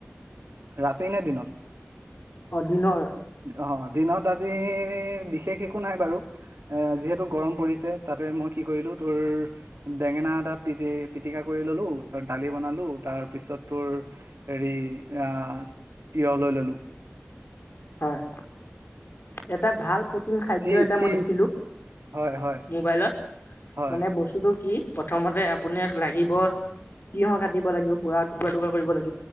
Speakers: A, on the right (about 80°); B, on the left (about 60°).
A: ৰাতি নে দিনত?
B: অ দিনৰ
A: অ দিনত আজি বিশেষ একো নাই বাৰু এ যিহেতু গৰম পৰিছে। তাতে মই কি কৰিলো তোৰ বেঙেনা এটা পি পিটিকা কৰি ললো তাৰ দালি বনালো তাৰ পিছত তোৰ হেৰি আহ তিঁয়হ লৈ ললো।
B: হয়। এটা ভাল প্ৰটিন খাদ্য
A: থি
B: এটা
A: থি
B: মই দেখিলো
A: হয় হয়
B: মোবাইলত
A: হয়
B: মানে বস্তুটো কি? প্ৰথমতে আপোনাক লাগিব তিয়হ কাটিব লাগিব পুৰা টুকুৰা টুকুৰা কৰিব লাগিব।